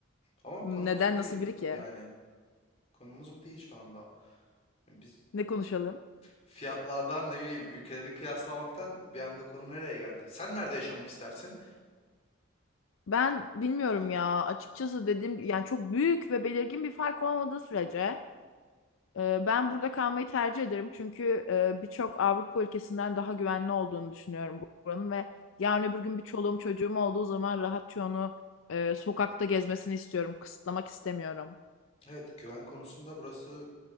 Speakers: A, on the left (about 30°); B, on the left (about 75°).
A: Ama konumuz
B: neden
A: bu değil
B: nasıl biri ki?
A: yani. Konumuz bu değil şu anda. Biz
B: Ne konuşalım?
A: Fiyatlardan ne bileyim ülkeleri kıyaslamaktan bir anda konu nereye geldi? Sen nerede yaşamak istersin?
B: Ben bilmiyorum ya. Açıkçası dediğim yani çok büyük ve belirgin bir fark olmadığı sürece e, ben burada kalmayı tercih ederim. Çünkü e, birçok Avrupa ülkesinden daha güvenli olduğunu düşünüyorum buranın ve yarın öbür gün bir çoluğum çocuğum olduğu zaman rahatça onu e, sokakta gezmesini istiyorum. Kısıtlamak istemiyorum.
A: Evet güven konusunda burası